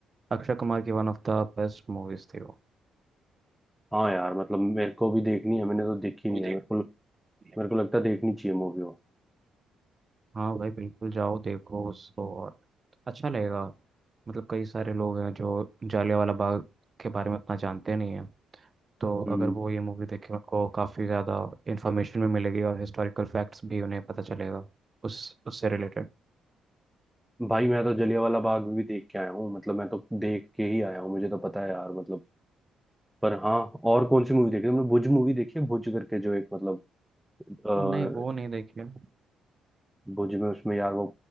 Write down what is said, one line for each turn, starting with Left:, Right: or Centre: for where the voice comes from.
Right: अक्षय कुमार की one of the best movies थी वो
Centre: हाँ यार मतलब मेरे को भी देखनी है मैंने तो देखी नहीं
Right: वो भी देखते
Centre: है मेरे को
Right: हैं
Centre: मेरे को लगता है देखनी चाहिए मूवी वो
Right: हाँ भाई बिल्कुल जाओ देखो उसको और अच्छा लगेगा मतलब कई सारे लोग हैं जो जालियांवाला बाग के बारे में उतना जानते नहीं हैं तो
Centre: हम्म
Right: अगर वो ये मूवी देखें उनको काफ़ी ज़्यादा इन्फॉर्मेशन भी मिलेगी और हिस्टोरिकल फैक्ट्स भी उन्हें पता चलेगा उस उससे रिलेटेड
Centre: भाई मैं तो जलियांवाला बाग भी देख के आया हूँ मतलब मैं तो देख के ही आया हूँ मुझे तो पता है यार मतलब पर हाँ और कौन सी मूवी देखी हमने भुज मूवी देखी है भुज करके जो एक मतलब अ,
Right: नहीं वो नहीं देखी है
Centre: भुज में उसमें यार वो